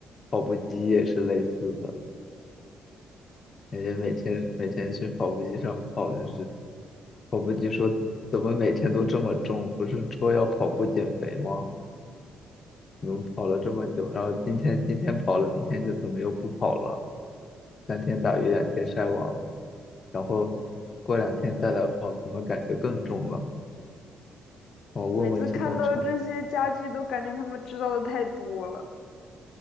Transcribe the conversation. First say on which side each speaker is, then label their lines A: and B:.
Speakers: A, on the left; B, on the left.
A: 跑步机也是类似的，感觉每天每天去跑步机上跑，但是跑步机说怎么每天都这么重？不是说要跑步减肥吗？怎么跑了这么久，然后今天今天跑了，明天就怎么又不跑了？三天打鱼两天晒网，然后过两天再来跑，怎么感觉更重了？我问问体重秤，
B: 每次看到这些家具都感觉他们知道的太多了。